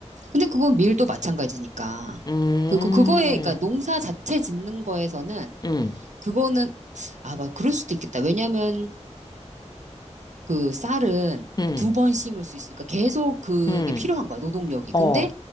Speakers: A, on the right; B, on the left.
A: 근데 그건 밀도 마찬가지니까.
B: 음,
A: 그거, 그거에, 그러니까 농사 자체 짓는 거에서는,
B: 음,
A: 그거는, 아, 막, 그럴 수도 있겠다. 왜냐면, 그 쌀은
B: 음,
A: 두 번 심을 수 있으니까 계속 그게
B: 음,
A: 필요한 거야, 노동력이.
B: 어.
A: 근데